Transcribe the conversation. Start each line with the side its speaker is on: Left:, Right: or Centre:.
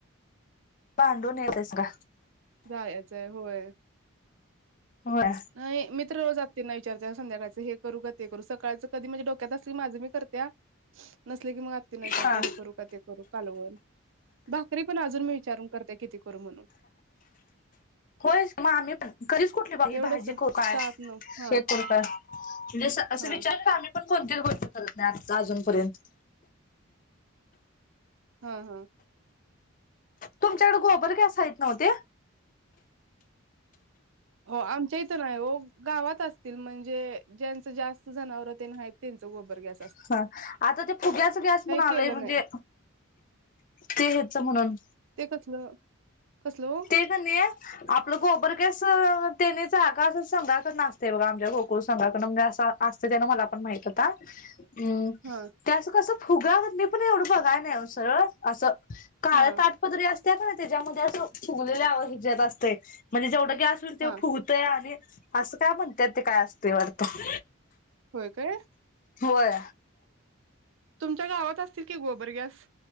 Left: बांधुन येतेस का?
Right: जायचं आहे होय.
Left: होय
Right: नाही मी तर रोज आत्यीना विचारते संध्याकाळचं हे करू का ते करू सकाळचं कधी म्हणजे डोक्यात असली की माझं मी करत्या नसले की मग आत्याना विचारते
Left: हा
Right: हे करू का ते करू. कालवण भाकरी पण अजून मी विचारून करते किती करू म्हणून
Left: होयस म आम्ही पण. कधीच कुठली <unintelligible>
Right: तेवढंच
Left: ही भाजी करु
Right: सात
Left: काय, हे
Right: नऊ हा
Left: करू काय म्हणजे असं असं
Right: हा
Left: विचार ता आम्ही. पण कोणत्याही गोष्ट करत नाही, आता अजूनपर्यंत.
Right: हा हा!
Left: तुमच्याकड गोबर गॅस हाईत नव्हत्या?
Right: हो आमच्या इथं नाही हो गावात असतील, म्हणजे ज्यांच जास्त जनावर तेन आहे त्यांच गोबर अस
Left: हं आता ते फुग्याच गॅस स म्हणून आलंय,
Right: केलं
Left: म्हणजे
Right: नाही
Left: ते हेच म्हणून.
Right: ते कसलं, कसल ओ?
Left: ते कनीये आपलं गोबरगॅस त्यानी जागा असं संघाकडन आसतय बघा, आमच्या गोकुळ संघाकडन म्या आसा. असतं त्यान मला पण माहित होता. हूं
Right: हा
Left: त्या असं कसं फुगा मदले पण एवढं बघाया नाही ओ सरळ आसं. काळ्या
Right: हा
Left: ताटपदरी असत्या का नै त्याच्यामध्ये असं फुगलेल्या आवं हिच्यात असतय म्हणजे जेवढं गॅस तुरतेय
Right: हा
Left: ते फुगतय आणि आसं काय म्हणत्यात ते काय असतेय वाटतं.
Right: होय काय,
Left: होय
Right: तुमच्या गावात असतील कि गोबर गॅस?